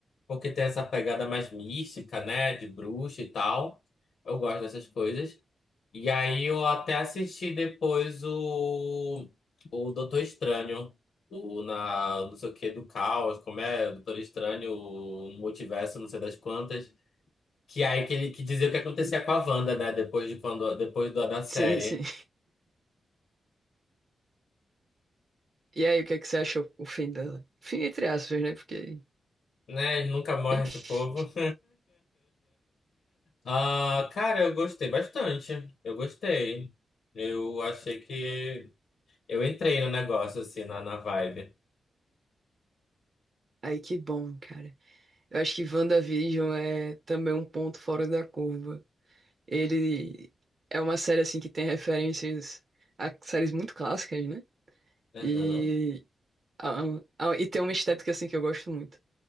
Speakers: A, on the left; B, on the right.
A: porque tem essa pegada mais mística, né, de bruxa e tal. Eu gosto dessas coisas. E aí eu até assisti depois o, o Doutor Estranho, o na, não sei o que, do caos, como é, Doutor Estranho, o multiverso, não sei das quantas, que aí que ele que dizia o que acontecia com a Wanda, né, depois de quando, depois da, da série.
B: <laughs> Sim, sim. E aí, o que é que você acha o fim dela? Fim entre aspas, né? Porque.
A: Né, nunca morre
B: Ixi,
A: esse povo. <laughs> Ah, cara, eu gostei bastante. Eu gostei. Eu achei que eu entrei no negócio, assim, na, na vibe.
B: Aí que bom, cara. Eu acho que WandaVision é também um ponto fora da curva. Ele é uma série assim que tem referências a séries muito clássicas, né?
A: Aham.
B: E, a- a- e tem uma estética assim que eu gosto muito,